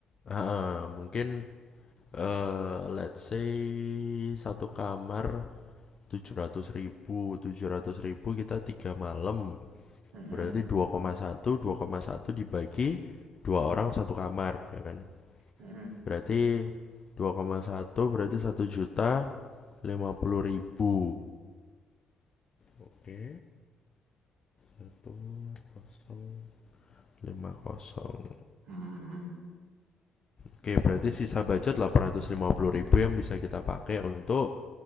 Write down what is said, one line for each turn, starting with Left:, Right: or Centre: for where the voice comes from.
Left: ha-ha, mungkin eh let's say satu kamar tujuh ratus ribu 700 ribu kita tiga malam
Right: Mhm,
Left: berarti dua dua koma satu dua koma satu dibagi dua orang satu kamar ya kan
Right: mhm,
Left: berarti dua koma satu berarti satu juta lima puluh ribu oke satu kosong lima kosong
Right: mhm, mhm,
Left: oke berarti sisa budget 850 ribu yang bisa kita pakai untuk